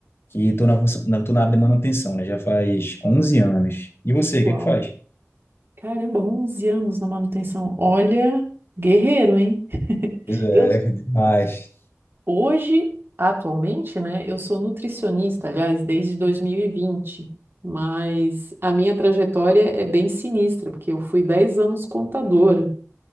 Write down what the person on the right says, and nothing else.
Uau.
Caramba, 11 anos na manutenção. Olha, guerreiro, hein?
Eu
hoje, atualmente, né, eu sou nutricionista, aliás, desde 2020, mas a minha trajetória é bem sinistra, porque eu fui 10 anos contadora.